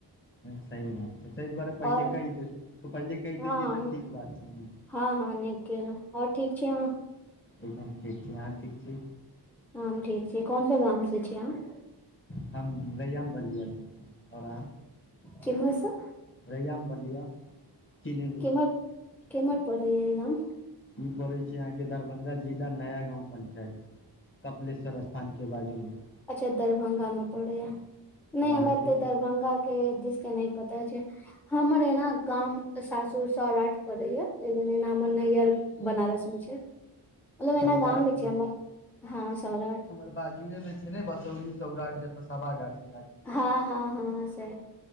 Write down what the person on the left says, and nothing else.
सही बात छै ताहि दुआरे पहिले
कहि दे पहिले कहि
देलियै तऽ ठीक बात छै ने
एकदम ठीक छी अहाँ ठीक छी
हम रैयाम छी आओर अहाँ
रैयाम बलिया चीनेमी
ई पड़ै छै अहाँके दरभंगा जिला नया गाँव पंचायत कपिलेश्वर स्थान के बाजूमे
आओर
अहाँके
सौराठ
बाजुए मे छै ने बसौली सौराठ जतऽ सभा गाछी